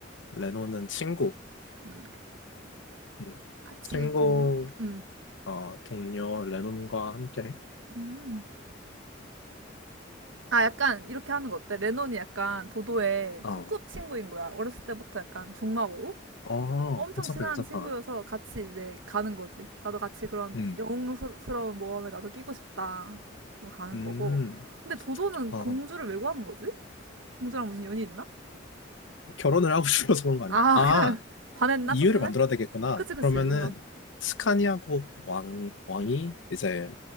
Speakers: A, on the left (about 75°); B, on the right (about 85°).
A: 레논은 친구.
B: 음.
A: 음.
B: 같이
A: 친구,
B: 동료? 음,
A: 어, 동료 레논과 함께.
B: 음. 아, 약간 이렇게 하는 거 어때? 레논이 약간 도도의
A: 어,
B: 소꿉친구인 거야. 어렸을 때부터 약간 중마고
A: 어,
B: 엄청
A: 괜찮다,
B: 친한
A: 괜찮다.
B: 친구여서 같이 이제 가는 거지. 나도 같이 그런
A: 음,
B: 영웅스러운 모험에 나도 끼고 싶다. 그고 가는
A: 음,
B: 거고. 근데 도도는
A: 어,
B: 공주를 왜 구하는 거지? 공주랑 무슨 연이 있나?
A: 결혼을 하고 <laughs> 싶어서 그런 거
B: 아,
A: 아닐까? 아,
B: <laughs> 그냥 반했나?
A: 이유를
B: 첫눈에?
A: 만들어야 되겠구나.
B: 그치, 그치.
A: 그러면은
B: 뭔가.
A: 스카니아국 왕, 왕이 이제